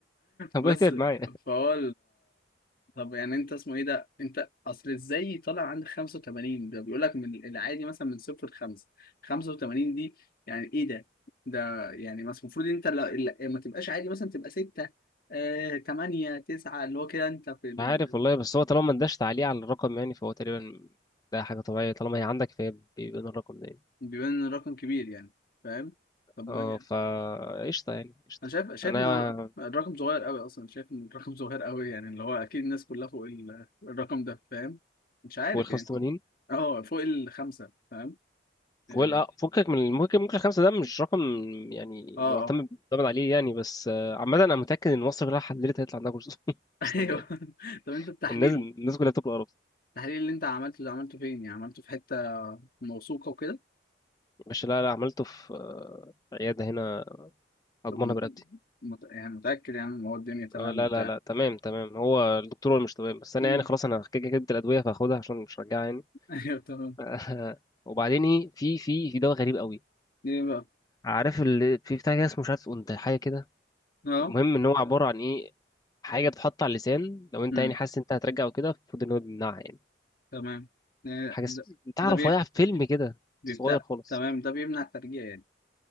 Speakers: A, on the left; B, on the left.
A: ابويا
B: بس
A: تعب معايا
B: فهو طب يعني انت اسمه ايه ده انت اصل ازاي طالع عندك 85 ده بيقول لك من العادي مثلا من صفر لخمسة 85 دي يعني ايه ده ده يعني مثلا المفروض انت لا لا- ما تبقاش عادي مثلا تبقى 6 آه 8 9 اللي هو كده انت في ال...
A: عارف والله بس هو طالما ما اداش تعليق على الرقم يعني فهو تقريبا ده حاجة طبيعية طالما هي عندك فهي بيبان الرقم ده يعني
B: بيبان ان الرقم كبير يعني فاهم طب ما
A: اه
B: يعني،
A: فا قشطة يعني قشطة
B: انا شايف شايف
A: أنا
B: ان الر- الرقم صغير قوي اصلا شايف ان الرقم صغير قوي يعني اللي هو اكيد الناس كلها فوق ال- الرقم ده فاهم مش عارف
A: فوق ال 85
B: يعني اه فوق الخمسة فاهم يعني
A: فوق ال- اه فكك من ممكن ممكن الخمسة ده مش رقم يعني
B: اه
A: يعتمد
B: اه.
A: يعتمد عليه يعني بس آه، عامة أنا متأكد إن مصر كلها حللت هيطلع عندها كورس <laughs>
B: ايوه
A: أصلا يعني
B: <laughs> طب انت التحليل
A: الناس الناس كلها بتاكل قرف
B: التحليل اللي انت عملته ده عملته فين يعني عملته في حتة موثوقة وكده
A: مش لا لا عملته في آه، عيادة هنا أضمنها
B: طب م-
A: برقبتي
B: مت... يعني متأكد يعني ان هو الدنيا تمام
A: اه لا
B: وبتاع
A: لا لا تمام تمام هو الدكتور هو اللي مش تمام بس انا
B: امم
A: يعني خلاص انا كده كده جبت الادويه فهاخدها عشان مش هرجعها يعني.
B: <laughs> ايوه تمام
A: <laughs> وبعدين ايه في في في دواء غريب قوي
B: ايه بقى
A: عارف اللي في بتاع كده اسمه مش عارف انت حاجه كده
B: اه
A: المهم ان هو عباره عن ايه حاجه بتتحط على اللسان لو انت
B: امم
A: يعني حاسس إن انت هترجع وكده المفروض ان هو بيمنعها يعني
B: تمام إيه
A: حاجه
B: ده,
A: اس- تعرف
B: ده بي...
A: وقع في فيلم كده
B: بيبتاع
A: صغير خالص
B: تمام ده بيمنع الترجيع يعني